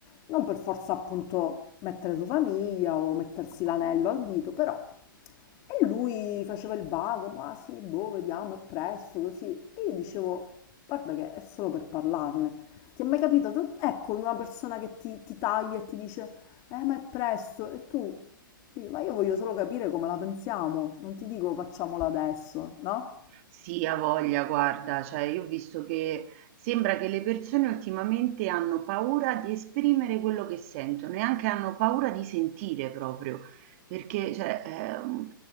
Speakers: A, on the left; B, on the right.
A: non per forza appunto mettere su famiglia o mettersi l'anello al dito, però. E lui faceva il vago, ma sì, boh, vediamo, è presto, così. E io dicevo, guarda che è solo per parlarne. Ti è mai capitato? Ecco, una persona che ti, ti taglia e ti dice, eh, ma è presto, e tu dici, ma io voglio solo capire come la pensiamo, non ti dico facciamola adesso, no?
B: Sì, ha voglia, guarda, cioè io ho visto che sembra che le persone ultimamente hanno paura di esprimere quello che sentono e anche hanno paura di sentire proprio, perché cioè, ehm,